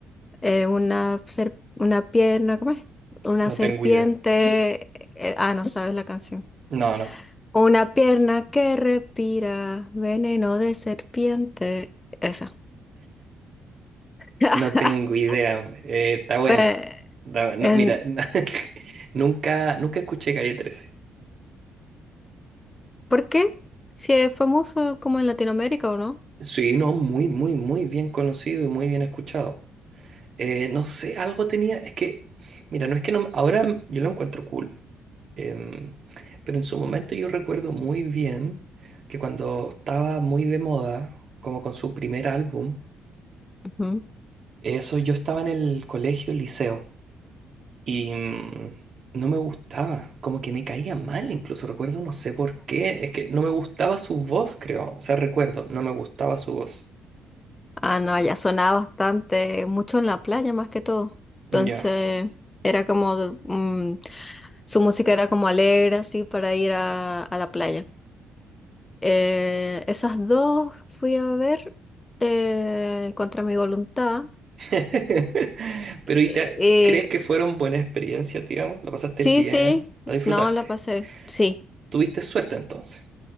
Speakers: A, on the left; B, on the right.
A: eh, una, ser- una pierna, ¿cómo es? Una
B: No
A: serpiente,
B: tengo idea.
A: eh, ah, no sabes la canción.
B: No, no.
A: Una pierna que respira veneno de serpiente, esa. <laughs>
B: No tengo idea. Eh, está buena.
A: Pues,
B: Está bu- no,
A: en-
B: mira, <laughs> nunca, nunca escuché Calle trece
A: ¿por qué? Si es famoso como en Latinoamérica o no.
B: Sí, no, muy, muy, muy bien conocido y muy bien escuchado. Eh, no sé, algo tenía. Es que, mira, no es que no. Ahora yo lo encuentro cool. Em, pero en su momento yo recuerdo muy bien que cuando estaba muy de moda, como con su primer álbum,
A: Ujú.
B: eso yo estaba en el colegio, liceo, y mm, no me gustaba, como que me caía mal, incluso recuerdo, no sé por qué, es que no me gustaba su voz, creo, o sea, recuerdo, no me gustaba su voz.
A: Ah, no, allá sonaba bastante, mucho en la playa más que todo. Entonces,
B: Ya.
A: era como, de- mm, su música era como alegre, así, para ir a, a la playa. Eh, esas dos fui a ver eh, contra mi voluntad.
B: <laughs> Pero ¿y
A: Eh,
B: te-
A: eh,
B: crees que fueron buenas experiencias, digamos? ¿La pasaste
A: sí,
B: bien?
A: sí,
B: ¿La disfrutaste?
A: no, la pasé, sí,
B: ¿Tuviste suerte entonces?